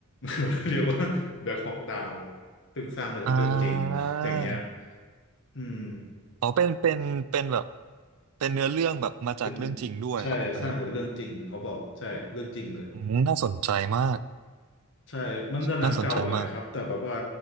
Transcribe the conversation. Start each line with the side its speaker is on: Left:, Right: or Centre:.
Left: <laughs> เรียกว่าแบ็คฮอ k ดาวซึ่งสร้างมาจากเรื่องจริงอย่างเงี้ย
Right: อ่า
Left: อืม
Right: อ๋อเป็นเป็นเป็นแบบ เป็นเนื้อเรื่องแบบมาจากเรื่องจริงด้วยเหรอครับอันนี้
Left: เป็นใช่สร้างจากเรื่องจริงเขาบอกใช่เรื่องจริงเลย
Right: อืมน่าสนใจมาก
Left: ใช่มันจะหนังเก่าหน่อยครับ
Right: น่าสนใจมาก
Left: แต่แบบว่า